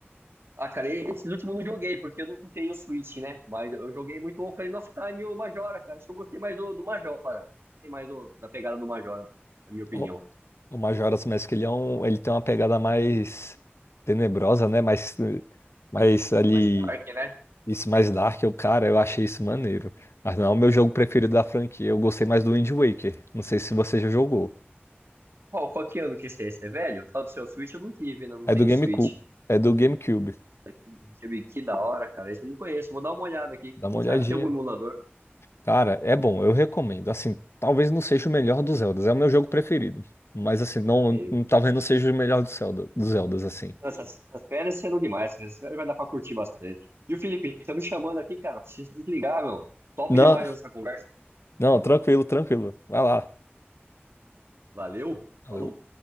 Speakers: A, on the right; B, on the left.
A: Ah, cara, e esses últimos eu não joguei, porque eu não tenho Switch, né? Mas eu joguei muito o Ocarina of Time e o Majora, cara. Acho que eu gostei mais do, do Majora. Gostei mais do- da pegada do Majora, na minha opinião.
B: O, o Majora's Mask, ele, é um, ele tem uma pegada mais tenebrosa, né? Mais, eh, mais ali,
A: Mas Dark, né?
B: isso mais dark. Eu, cara, eu achei isso maneiro. Mas não é o meu jogo preferido da franquia. Eu gostei mais do Wind Waker. Não sei se você já jogou.
A: Qual, qual que ano que esse é? Esse é velho? Fala do seu Switch, eu não tive, né? Não
B: É
A: tenho
B: do GameCube.
A: Switch.
B: É do GameCube.
A: Deixa eu ver, que da hora, cara. Isso eu não conheço. Vou dar uma olhada aqui.
B: Dá uma
A: Quem
B: olhadinha.
A: sabe tem algum emulador.
B: Cara, é bom, eu recomendo. Assim, talvez não seja o melhor dos Zeldas. É o meu jogo preferido. Mas assim, não,
A: Porque
B: talvez não seja o melhor do Zelda, dos Zeldas, assim.
A: Essas, essas férias serão demais. Essas férias vai dar pra curtir bastante. E o Felipe, tá me chamando aqui, cara. Preciso desligar, meu. Top
B: Não,
A: demais essa conversa.
B: Não, tranquilo, tranquilo. Vai lá.
A: Valeu. Falou.
B: Valeu.